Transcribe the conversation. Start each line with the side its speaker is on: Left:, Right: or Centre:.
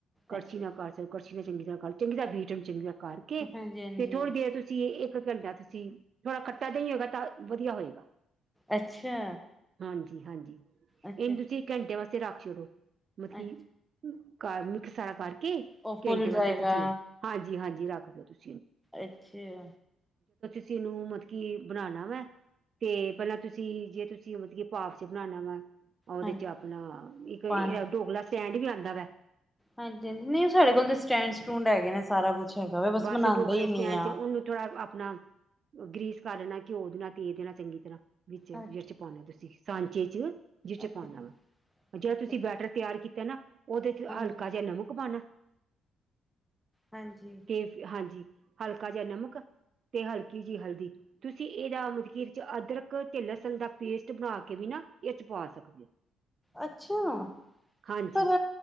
Right: ਕਰਛੀ
Centre: ਅੱਛਾ
Right: ਨਾ ਕਰ ਚ ਕਰਛੀ ਨਾਲ ਚੰਗੀ ਤਰ੍ਹਾਂ ਕਰ ਚੰਗੀ ਦਾ ਵੇਟਣ ਚੰਗੀ ਤ ਕਰਕੇ,
Centre: ਹਾਂਜੀ ਹਾਂਜੀ।
Right: ਤੇ ਥੋੜ੍ਹੀ ਦੇਰ ਤੁਸੀਂ ਇੱਕ ਇੱਕ ਘੰਟਾ ਤੁਸੀਂ ਥੋੜ੍ਹਾ ਖੱਟਾ ਦਹੀਂ ਹੋਗਾ ਤਾਂ ਵਧੀਆ ਹੋਏਗਾ।
Centre: ਅੱਛਾ।
Right: ਹਾਂਜੀ- ਹਾਂਜੀ
Centre: ਅੱਛਾ।
Right: ਇਹਨੂੰ ਤੁਸੀਂ ਘੰਟੇ ਵਾਸਤੇ ਰੱਖ ਛਡੋ। ਮਤਲਬ
Centre: ਅੱਛਾ
Right: ਕੀ ਸਾਰਾ ਕਰਕੇ
Centre: ਉਹ ਫੁੱਲ
Right: ਘੰਟੇ
Centre: ਜਾਏਗਾ
Right: ਵਾਸਤੇ ਤੁਸੀਂ ਹਾਂਜੀ- ਹਾਂਜੀ ਰੱਖ ਦਿਓ ।ਤੁਸੀਂ‍
Centre: ਅੱਛਾ।
Right: ਕਿਸੇ ਨੂੰ ਮਤਲਬ ਕੀ ਬਣਾਣਾ ਵੈਂ। ਤੇ ਪਹਿਲਾਂ ਤੁਸੀਂ, ਜੇ ਤੁਸੀਂ ਮਤਲਬ ਕਿ ਪਾਟ ਚ ਬਣਾਉਣਾ ਵਾ ਉਹਦੇ
Centre: ਹਾਂਜੀ
Right: ਚ' ਆਪਣਾ ਇੱਕ
Centre: ਪਾਣੀ
Right: ਡੋਕਲਾ ਸਟੈਂਡ ਵੀ ਆਉਂਦਾ ਵਾ
Centre: ਹਾਂਜੀ- ਹਾਂਜੀ ਨਹੀਂ ਉਹ ਸਾਡੇ ਕੋਲ ਤਾਂ ਸਟੈਂਡ ਸਟੂਡ ਹੈਗੇ ਨੇ। ਸਾਰਾ ਕੁਛ ਹੈਗਾ ਵਾ ਬਸ
Right: ਬੱਸ
Centre: ਮਨਾਉਂਦੇ
Right: ਡੋਕਲੇ
Centre: ਹੀ
Right: ਸਟੈਂਡ
Centre: ਨੀ ਆ।
Right: ਚ' ਉਹਨੂੰ ਥੋੜਾ ਅਪ ਆਪਣਾ ਗ੍ਰੀਸ ਕਰ ਦੇਣਾ, ਘਿਓ ਦੇਣਾ, ਤੇਲ ਦੇਣਾ ਚੰਗੀ ਤਰ੍ਹਾਂ ਵਿੱਚ
Centre: ਅੱਛਾ
Right: ਜਿਚ ਪਾਉਣਾ ਤੁਸੀਂ ਸਾਂਚੇ 'ਚ ਜਿਚ
Centre: ਅੱਛਾ
Right: ਪਾਉਣਾ ਵਾ ਜਿਹੜਾ
Centre: ਅੱਛਾ
Right: ਤੁਸੀਂ ਬੈਟਰ ਤਿਆਰ ਕੀਤ ਨਾ ਉਹਦੇ 'ਚ
Centre: ਹਾਂਜੀ
Right: ਹਲਕਾ ਜਿਹਾ ਨਮਕ ਪਾਣਾ।
Centre: ਹਾਂਜੀ
Right: ਤੇ ਹਾਂਜੀ ਹਲਕਾ ਜਿਹਾ ਨਮਕ ਤੇ ਹਲਕੀ ਜਿਹੀ ਹਲਦੀ ਤੁਸੀਂ ਇਹਦਾ ਮਤਕੀਰ 'ਚ ਅਦਰਕ ਤੇ ਲੱਸਣ ਦਾ ਪੇਸਟ ਬਣਾ ਕੇ ਵੀ ਨਾ ਇਹ 'ਚ ਪਾ ਸਕਦੇ ਹੋ।
Centre: ਅੱਛਾ
Right: ਹਾਂਜੀ
Centre: ਪਰ